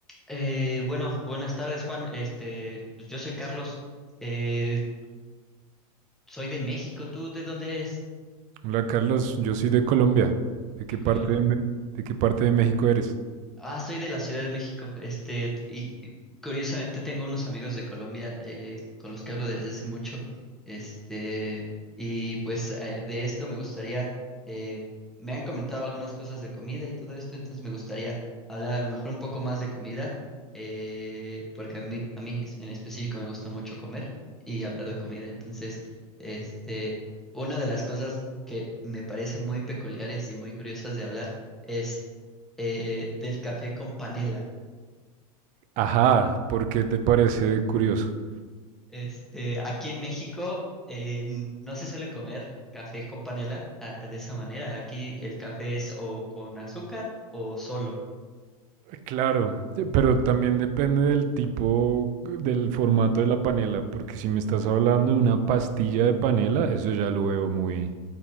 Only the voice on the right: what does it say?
Hola Carlos, yo soy de Colombia. ¿De
qué
parte de, Me- de qué parte de México eres?
Ajá, ¿por qué te parece curioso?
Claro, eh, pero también depende del tipo, eh, del formato de la panela, porque si me estás hablando de una pastilla de panela, eso ya lo veo muy